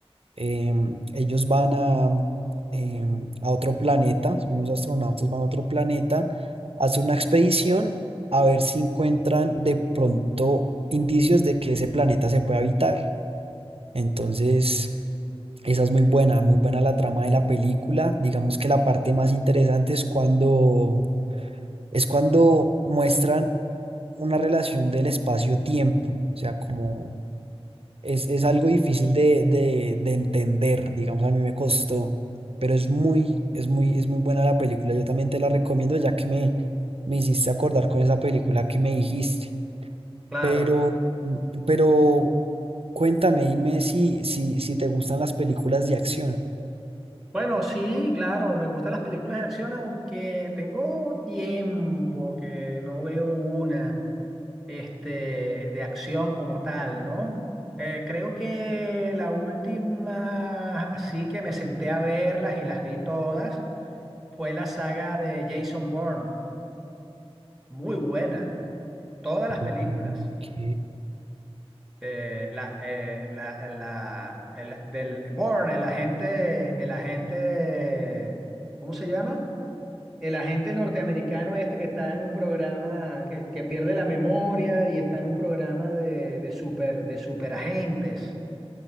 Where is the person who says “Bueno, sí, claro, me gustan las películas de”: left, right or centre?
Centre